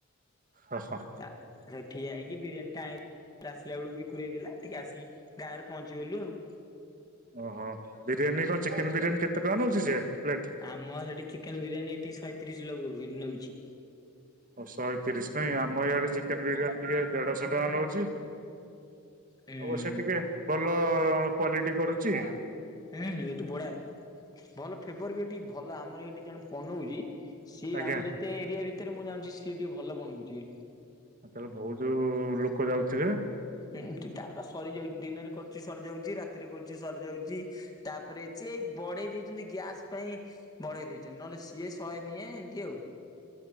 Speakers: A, on the right; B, on the left.
A: ସ ଶ।
B: <unintelligible> ଠିଆ ହେଇକି ବିରିୟାନୀ ଟା <inaudible> ଆସିଲା ବେଳକୁ <unintelligible> ଟିକେ ଆସିିକ ଗାଁରେ ପହଞ୍ଚିଗଲୁ ଆଉ।
A: ଓହୋ ବିରିୟାନୀ କଣ ଚିକେନ ବିରିୟାନୀ କେତେ ଟଙ୍କା ନଉଛି ସେ ପ୍ଲେଟ୍?
B: ଆମ ସେଟି ଚିକେନ ବିରିୟାନୀ ଏଠି ଶହେତିରିଶ ଲଗଉ ନଉଚି।
A: ଓ ଶହେ ତିରିଶ ନାଇଁ ଆମ ଇଆଡ଼େ ଚିକେନ ବିରିୟାନୀ ଟିକେ ଦେଢ଼ଶହ ଟଙ୍କା ନଉଛି।
B: ହୁଁ
A: ଅବଶ୍ୟ ଟିକେ ଭଲ କ୍ଵାଲିଟି କରୁଚି।
B: ଉଁ ଉଁ ଏଠି ବଢିଆ ଭଲ ଫେବର ବି ଏଠି ଭଲ ଆମର ଏଇଠି ଜଣେ ବନଉଚି ସିଏ
A: ଆଜ୍ଞା।
B: ଆମ ଯେତେ ଏରିଆ ଭିତରେ ମୁଁ ଜାଣୁଛି ସିଏ ଟିକେ ଭଲ ବନଉଚି ବୋଲି।
A: ଆଉ ତାହେଲେ ବହୁତ ଯଉ ଲୋକ ଯାଉଥିବେ।
B: ଉଁ ତାର ବା ସରିଯାଉଚି ଦିନରେ କରୁଛି ସରିଯାଉଚି ରାତିରେ କରୁଛି ସରିଯାଉଚି। ତା ପରେ ଚେ ବଢେଇ ଦେଇଛନ୍ତି ଗ୍ୟାସ ପାଇଁ ବଢେଇ ଦେଇଛନ୍ତି ନହେଲେ ସିଏ ଶହେ ନିଏ ଏମିତି ଆଉ।